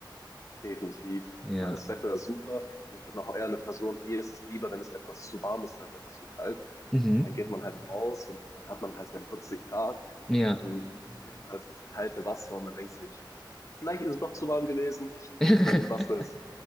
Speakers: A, on the left; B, in the centre.
A: Definitiv.
B: Ja.
A: Ich meine, das Wetter ist super und ich bin auch eher eine Person, mir ist es lieber, wenn es etwas zu warm ist, als etwas zu kalt.
B: Mhm.
A: Und dann geht man halt raus und dann hat man halt seine 40 Grad
B: Ja.
A: und dann geht man halt ins kalte Wasser und man denkt sich, vielleicht ist es doch zu warm gewesen
B: <laughs>
A: und dann im Wasser ist es